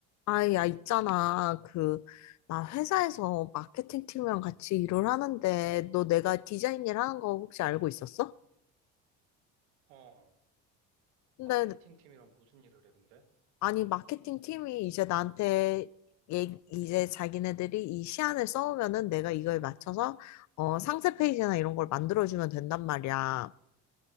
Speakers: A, on the left; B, on the right.
A: 아, 야, 있잖아. 그, 나 회사에서 마케팅 팀이랑 같이 일을 하는데, 너 내가 디자인 일 하는 거 혹시 알고 있었어?
B: 어,
A: 근데,
B: 마케팅 팀이랑 무슨 일을 해, 근데?
A: 아니, 마케팅 팀이 이제 나한테, 얘, 이제 자기네들이 이 시안을 써오면은 내가 이거에 맞춰서, 어, 상세 페이지나 이런 걸 만들어주면 된단 말이야.